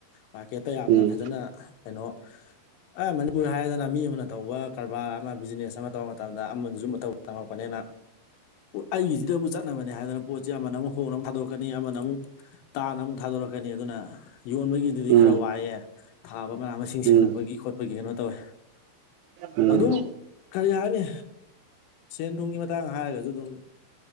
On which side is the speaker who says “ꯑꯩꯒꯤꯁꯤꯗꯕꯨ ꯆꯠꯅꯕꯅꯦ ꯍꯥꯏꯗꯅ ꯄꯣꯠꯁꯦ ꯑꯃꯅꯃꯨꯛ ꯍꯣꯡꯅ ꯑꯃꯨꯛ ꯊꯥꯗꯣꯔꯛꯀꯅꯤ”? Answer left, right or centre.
Left